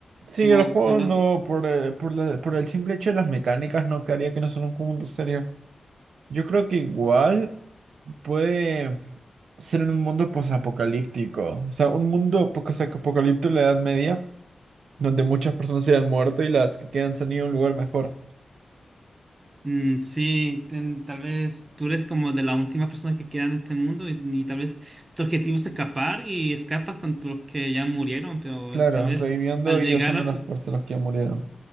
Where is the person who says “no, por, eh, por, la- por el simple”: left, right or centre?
Right